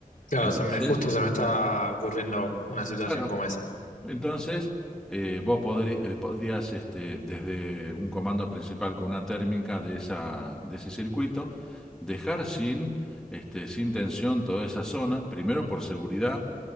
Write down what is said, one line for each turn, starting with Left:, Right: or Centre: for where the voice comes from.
Left: Claro,
Centre: Entonces,
Left: se me, justo se me está ocurriendo una situación
Centre: claro.
Left: como esa.
Centre: Entonces, eh, vos podrí- eh, podrías, este, desde un comando principal con una térmica de esa, de ese circuito, dejar sin, este, sin tensión toda esa zona, primero por seguridad,